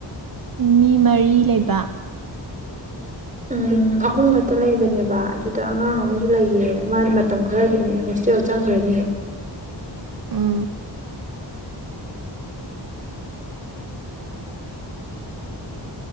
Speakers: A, on the right; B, on the right.
A: ꯃꯤ ꯃꯔꯤ ꯂꯩꯕ
B: <inaudible> ꯎꯝ ꯑꯍꯨꯝ ꯈꯛꯇ ꯂꯩꯕꯅꯦꯕ ꯑꯗꯨꯗ ꯑꯉꯥꯡ ꯑꯃꯁꯨ ꯂꯩꯌꯦ ꯃꯥ ꯃꯇꯝ ꯈꯔꯒꯤꯅꯦ ꯍꯣꯁ ꯇꯦꯜ ꯆꯪꯒ꯭ꯔꯅꯤ
A: ꯎꯝ